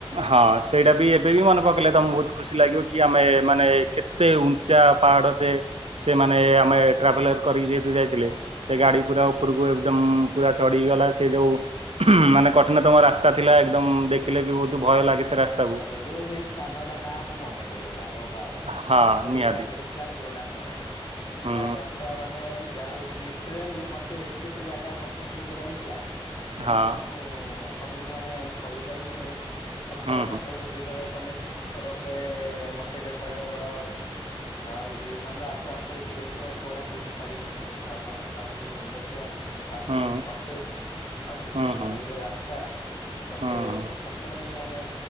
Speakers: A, on the right; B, on the left.
A: ହଁ। ସେଇଟା ବି ଏବେ ବି ମନେ ପକାଇଲେ ତମକୁ ବହୁତ ଖୁସି ଲାଗିବ କି ଆମେ ମାନେ କେତେ ଉଞ୍ଚା। ପାହାଡ ସେ ସେମାନେ ଆମେ ଟ୍ରାଭେଲର କରିକି ଯେହତୁ ଯାଇଥିଲେ ସେ ଗାଡି ପୁରା ଉପରକୁ ଏକଦମ୍ ପୁରା ଚଢିଗଲା ସେ ଯୋଉ ମାନେ କଠିନତମ ରାସ୍ତା ଥିଲା ଏକଦମ୍ ଦେଖିଲେ ବି ବହୁତ ଭୟ ଲାଗେ ସେ ରାସ୍ତାକୁ
B: ଆଚ୍ଛା ଆଚ୍ଛା ଯୋଉ ସେଇ ସ୍ଥାନ ଟା ନା ମୁଁ ମନେ ପଡିଗଲା ଓ ବାବା।
A: ହଁ
B: ଯୋଉ
A: ନିହାତି
B: ଭଳିଆ ହେଇଥିଲା କୁହନା କୁହନା ସେ
A: ହୁଁ
B: ଜାଗା ପୁରା ମାନେ ଯାହା ହଉ ଲିଟରାଲି ମତେ ଏତେ ସେ ଜାଗା ପସନ୍ଦ ଯୋଗ୍ୟ ଲାଗିଥିଲା।
A: ହଁ
B: ମାନେ ମୁଁ ତମକୁ ମାନେ କହିପାରିବି ନେଇଁ ସତରେ
A: ହୁଁ
B: ମତେ ହେଇଠି ତଳେ ତମେ ଶିଖର ଉପରେ ମତେ ଯେ କଇଲ ଗର ହଉଚି ସାଙ୍ଗ ଆସ ଆସ ଏଇଠିକି ଦେଖି କୋଳା ହେଇଚି ପାରିବ ମାନେ ପ୍ରାକୃତିକ ସୌନ୍ଦର୍ଯ୍ୟ। ଆଉ
A: ହୁଁ
B: ସେ ଯୋଉ କଟେଜ ଆଉ ସେ
A: ହୁଁ
B: ଯୋଉ
A: ହୁଁ
B: ଭାଲିର
A: ହୁଁ
B: ରାସ୍ତା ସତରେ
A: ହୁଁ ହୁଁ
B: ସତରେ ମୁଁ ମାନେ